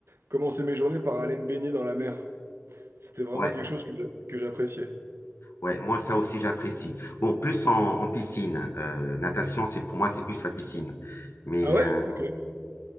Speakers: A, on the right; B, on the left.
A: commencer mes journées par aller me baigner dans la mer. C'était vraiment
B: ouais,
A: quelque chose que j'a- que j'appréciais.
B: ouais, moi, ça aussi, j'apprécie. Bon, plus en, en piscine. Euh, natation, c'est pour moi, c'est plus la piscine. Mais,
A: Ah ouais?
B: euh,
A: Ok. Ouais,